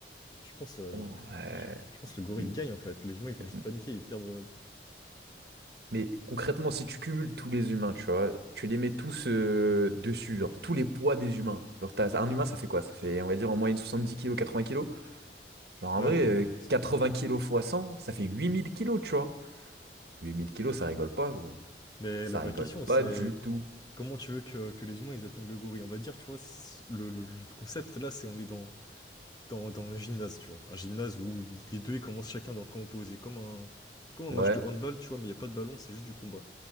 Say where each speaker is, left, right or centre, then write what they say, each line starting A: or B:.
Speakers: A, on the left; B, on the right.
A: Je pense, euh, je,
B: oh,
A: je-
B: ouais.
A: je pense que le gorille
B: M-
A: gagne en fait. Les humains ils vont juste
B: m-
A: paniquer, ils perdent. euh,
B: Mais concrètement, si tu cumules tous les humains, tu vois, tu les mets tous euh, dessus, genre, tous les poids des humains. Genre, t'as- un humain, ça fait quoi? Ça fait, on va dire, en moyenne 70 kilos, 80 kilos. Genre, en
A: Ouais,
B: vrai,
A: on,
B: euh,
A: on va dire ça.
B: 80 kilos fois 100 ça fait 8000 kilos, tu vois. huit mille kilos, ça rigole pas, gros.
A: Mais
B: Ça
A: la vraie
B: rigole
A: question c'est
B: pas du tout.
A: comment tu veux que, que les humains ils atteignent le gorille? On va dire, tu vois, c- le, le- le concept là c'est on est dans, dans, dans un gymnase, tu vois. Un gymnase où ils- les deux ils commencent chacun dans le camp opposé, comme un, comme un
B: Ouais,
A: match de handball, tu vois, mais il n'y a pas de ballon, c'est juste du combat.